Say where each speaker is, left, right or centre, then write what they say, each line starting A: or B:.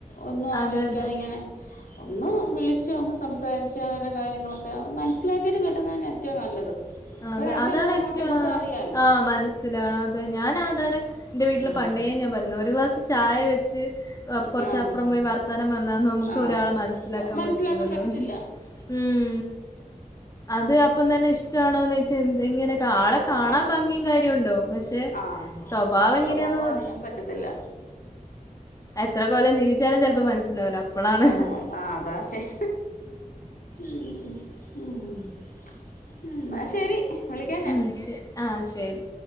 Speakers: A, on the left; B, on the left.
A: ഒന്നും ആലോചിക്കാതെ
B: അതെ അതെ
A: ഇങ്ങനെ ഒന്ന് വിളിച്ച് ഒന്ന് സംസാരിച്ച് അവരുടെ കാര്യങ്ങളൊക്കെന്ന് മനസ്സിലാക്കിയിട്ട് കെട്ടുന്നത് തന്ന ഏറ്റവും നല്ലത് ഇപ്പൊ
B: അതെ
A: രണ്ടു
B: അതാണ്
A: പേർക്കും അങ്ങോട്ടും
B: ഏറ്റവും
A: ഇങ്ങോട്ടും അറിയാലോ
B: ആ മനസ്സിലാണ് അതെ ഞാന താണ് എൻന്റെ വീട്ടില്
A: ഉം
B: പണ്ടേ ഞാൻ പറയുന്ന ഒരു ഗ്ലാസ് ചായ വച്ചു കുറച്ചപ്പുറം
A: ആഹ്
B: പോയി വർത്താനം വന്നാന്ന് നമുക്ക്
A: ആഹ്
B: ഒരാളെ മനസ്സിലാക്കാൻ
A: മനസ്സിലാക്കാൻ
B: പറ്റുല്ലല്ലോ
A: പറ്റത്തില്ല
B: ഉം അത് അപ്പം തന്നെ ഇ വച്ച ഇങ്ങനെക്കെ
A: ഇങ്ങനെ
B: ആളെ കാണാൻ
A: കാണും
B: ഭംഗിയും കാര്യുണ്ടോ പക്ഷെ
A: ആഹ്
B: സ്വഭാവം എങ്ങനെയാെന്ന്
A: സ്വഭാവം അറിയാൻ പറ്റത്തില്ല
B: എത്ര കൊല്ലം ജീവിച്ചാലും ചിലപ്പോൾ മനസ്സിലാവുല അപ്പോഴാണ്
A: ആഹ് ആഹ് അതാ ശരി ഉം ഉം ഉം എന്നാ ശരി വിളിക്കാം ഞാൻ
B: ഓം ശരി ശരി